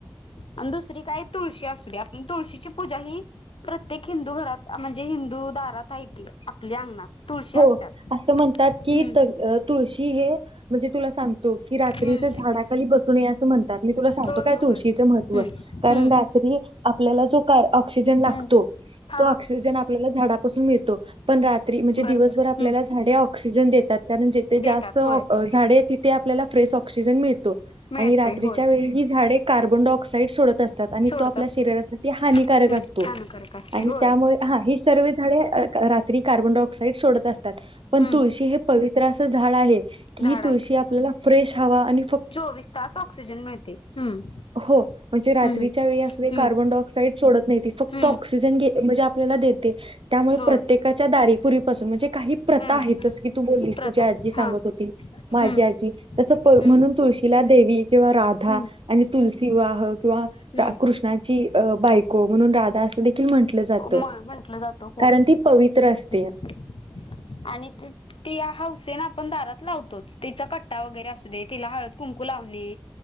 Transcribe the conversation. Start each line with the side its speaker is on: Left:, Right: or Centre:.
Left: आणि दुसरी काय तुळशी असूदे आपण तुळशीची पूजा ही प्रत्येक हिंदू घरात अ म्हणजे हिं हिंदू दारात आहे ती आपल्या अंगणात तुळशी
Right: हो.
Left: असत्याच
Right: असं म्हणतात की,
Left: हम्म
Right: त तुळशी हे म्हणजे तुला सांगतो की रात्री
Left: हम्म
Right: रात्रीचे झाडाखाली बसू नये असे म्हणतात. मी तुला सांगतो
Left: होय
Right: काय
Left: होय
Right: तुळशीचे
Left: हम्म
Right: महत्व कारण
Left: हम्म
Right: रात्री आपल्या आपल्याला जो काय ऑक्सिजन लागतो
Left: हम्म हा
Right: तो ऑक्सिजन आपल्याला झाडापासून मिळतो. पण रात्री म्हण जे
Left: बरोबर
Right: दिवसभर आपल्याला
Left: हम्म
Right: झाडे ऑक्सिजन देतात, कारण जिथे
Left: देतात
Right: जास्त ऑ
Left: होय
Right: अ झाडे तिथे आपल्याला फ्रेश ऑक्सि क्सिजन मिळतो.
Left: मिळते
Right: आणि रात्रीच्या
Left: होय
Right: वेळी ही झाडे कार्बनडॉऑक्साइड सोडत असतात आणि
Left: सोडत
Right: तो आपल्या
Left: असतात
Right: शरीरासाठी हानिकारक
Left: हम्म
Right: अस असतो
Left: दानकारक असते
Right: आणि
Left: होय
Right: त्यामुळे हा हि सर्व झाडे रात्री कार्बनडॉऑक्साइड सोडत असत तात. पण
Left: हम्म
Right: तुळशी हे पवित्र अस झाडं आहे की
Left: झाड
Right: ही तुळशी
Left: आहे
Right: आपल्याला फ्रेश हवा आणि फ
Left: चोवीस तास ऑक्सिजन मिळते. हम्म
Right: हो, म्हणजे रात्रीच्या
Left: हम्म
Right: वेळी असुदे
Left: हम्म
Right: कार्बनडॉऑक्साइड सोडत नाहीे ती फक्त
Left: हम्म
Right: ऑक्सिजन घेत म्हणजे आपल्याला देते त्यामुळे
Left: हो
Right: प्रत्येकाच्या दारी पासुण म्हणजे काहि प्रथा
Left: हम्म
Right: आहेत जसं कि तू बोलीस
Left: प्रत
Right: तुझी
Left: आहे
Right: आजी
Left: हा
Right: सांगत होती माझी
Left: हम्म
Right: आजी तस प
Left: हम्म
Right: म्हणून तुळशीला देवी किंवा राधा
Left: हम्म
Right: आणि तुलसीविवाह किंवा
Left: हम्म
Right: कृष्णाची ती अ बायको म्हणून राधा अस देखील म्हंटल जात,
Left: मळ म्हंटलं जातो कोळ
Right: कारण ती पवित्र असते.
Left: <unintelligible> आणि ति ति हौसेन आपण दारात लावतोचं तिचा कट्टा वगैरे असू दे तिला हळद कुंकू कु लावणे,